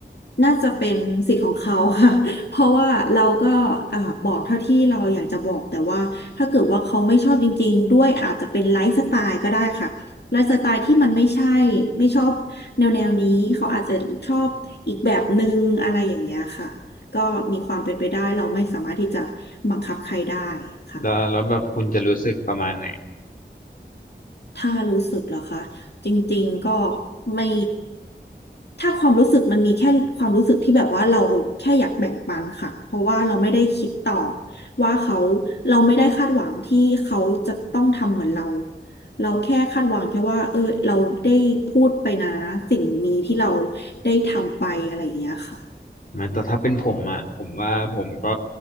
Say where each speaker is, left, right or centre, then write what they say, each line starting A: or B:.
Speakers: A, on the left; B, on the left.
A: น่าจะเป็นสิทธิ์ของเขาค่ะ <laughs> เพราะว่าเราก็อ่าบอกเท่าที่เราอยากจะบอกแต่ว่าถ้าเกิดว่าเขาไม่ชอบจริงๆด้วยอาจจะเป็นไลฟ์สไตล์ก็ได้ค่ะไลฟ์สไตล์ที่มันไม่ใช่ไม่ชอบแนวแนวนี้เขาอาจจะชอบอีกแบบหนึ่งอะไรอย่างเงี้ยค่ะก็มีความเป็นไปได้เราไม่สามารถที่จะบังคับใครได้ค่ะ
B: แล้วแล้วแบบคุณจะรู้สึกประมาณไหน
A: ถ้ารู้สึกเหรอคะจริงๆก็ไม่ถ้าความรู้สึกมันมีแค่ความรู้สึกที่แบบว่าเราแค่อยากแบ่งปันค่ะเพราะว่าเราไม่ได้คิดต่อว่าเขาเราไม่ได้คาดหวังที่เขาจะต้องทำเหมือนเราเราแค่คาดหวังแค่ว่าเออเราได้พูดไปนะสิ่งนี้ที่เราได้ทำไปอะไรอย่างเงี้ยค่ะ
B: ไม่แต่ถ้าเป็นผมอ่ะผมว่าผมก็
A: อืม